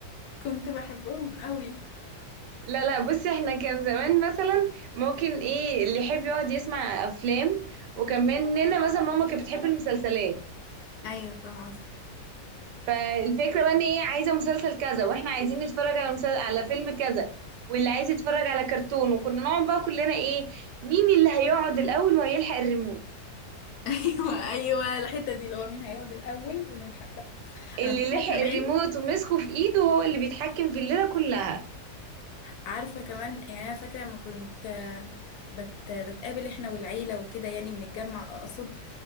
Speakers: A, on the left; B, on the right.
A: كنت بحبهم قوي
B: لا لا بصي احنا كان زمان مثلا ممكن ايه اللي يحب يقعد يسمع افلام وكان
A: مم.
B: مننا مثلا ماما كانت بتحب المسلسلات
A: ايوه فاهمه قصدي
B: فالفكره بقى ان ايه عايزه مسلسل كذا واحنا عايزين نتفرج على مسلسل على فيلم كذا واللي عايز يتفرج على كرتون وكنا نقعد بقى كلنا ايه مين اللي هيقعد الاول وهيلحق الريموت
A: <laughs> ايوه ايوه الحته دي اللي هو مين هيقعد الاول ونلحق بقى
B: اللي
A: انا فاكره
B: لحق
A: كمان
B: الريموت ومسكه في ايده هو اللي بيتحكم في الليله كلها
A: عارفة كمان يعني أنا فاكرة لما كنت آه، بت بتقابل احنا والعيلة وكده يعني ونتجمع أقصد